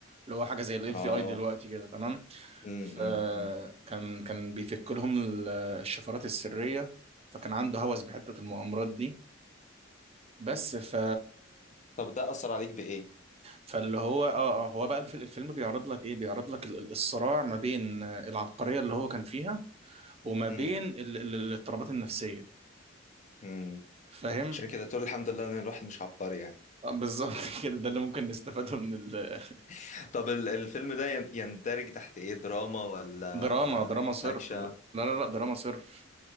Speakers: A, on the right (about 30°); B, on the left (about 40°).
A: اللي هو حاجة زي الاف
B: اه
A: بي اي دلوقتي كده تمام
B: امم
A: فكان
B: امم أمم.
A: كان بيفك لهم ال- الشفرات السرية فكان عنده هوس بحتة المؤامرات دي بس ف
B: طب ده اثر عليك بايه
A: فاللي هو اه اه هو بقى الف- الفيلم بيعرض لك ايه بيعرض لك ال- ال- الصراع ما بين آه، العبقرية اللي هو كان فيها وما بين
B: امم
A: ال- ال- الاضطرابات النفسية
B: امم
A: فاهم
B: عشان كده تقول الحمد لله ان الواحد مش عبقري يعني
A: آه، بالظبط <laughs> كده ده اللي ممكن نستفاده من ال-
B: <laughs> طب ال- الفيلم ده ين- يندرج تحت ايه دراما ولا
A: <laughs> دراما دراما صرف
B: اكشن
A: لا لا لا دراما صرف